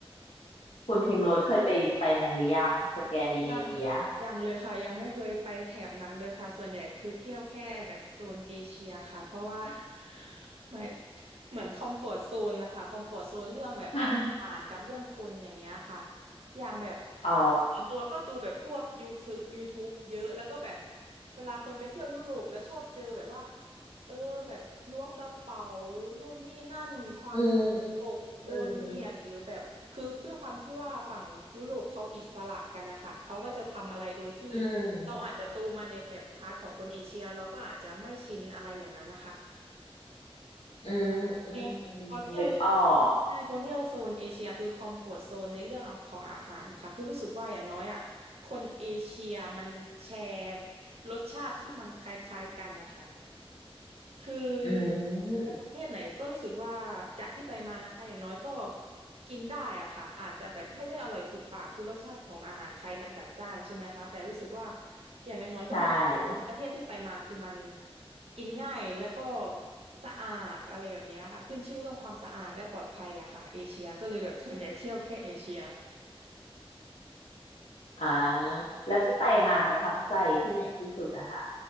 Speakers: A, on the left; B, on the right.
A: คุณพิมพ์รถเคยไปไปมันหรือยังสแกนดิเนเวีย
B: ยังยังเลยค่ะยังไม่เคยไปแถบนั้นเลยค่ะส่วนใหญ่คือเที่ยวแค่แบบโซนเอเชียค่ะเพราะว่า <laughs> ไม่เหมือนคอมฟอร์ z โซนนะคะคอมฟอร์ z โซนเรื่องแบบอาหารกับเรื่องคนอย่างเนี้ยค่ะ
A: <laughs>
B: อย่างแบบ
A: อ๋อ
B: ส่วนตัวก็ดูแบบพวก YouTube YouTube เยอะแล้วก็แบบเวลาคนไปเที่ยวยุโรปแล้วชอบเจอแบบว่า เออแบบล้วงกระเป๋านู่นนี่นั่นความสกปรกโดนเหยียดหรือแบบคือด้วยความที่ว่าฝั่งยุโรปเขาอิสระกันนะคะเขาก็จะทำอะไรโดยที่
A: อืมอืมอืมอืม
B: เราอาจจะโตมาในแบบพาร์ทของคนเอเชียเราก็อาจจะไม่ชินอะไรอย่างนั้นนะคะ
A: อืมอืมอืมนึกออก
B: แล้วพอเที่ยวใช่พอเที่ยวโซนเอเชียคือคอมฟอร์ z โซนในเรื่องของอาหารค่ะคือรู้สึกว่าอย่างน้อยอ่ะคนเอเชียมันแชร์รสชาติที่มันคล้ายๆกันนะคะ คือ
A: อื
B: ไปประเทศไหนก็รู้สึกว่าจากที่ไปมานะคะอย่างน้อยก็
A: ม
B: กินได้อะค่ะอาจจะแบบไม่ได้อร่อยถูกปากคือรสชาติของอาหารไทยมันจัดจ้านใช่ไหมคะแต่รู้สึกว่าอย่างน้อยๆก็คือ
A: ใช่
B: ประเทศที่ไปมาคือมันกินง่ายแล้วก็สะอาดอะไรแบบเนี้ยค่ะขึ้นชื่อเรื่องความสะอาดและปลอดภัยอะค่ะเอเชียก็เลยแบบส่วนใหญ่เที่ยวแค่เอเชีย
A: อ่าแล้วที่ไปมาประทับใจที่ไหนที่สุดอะคะ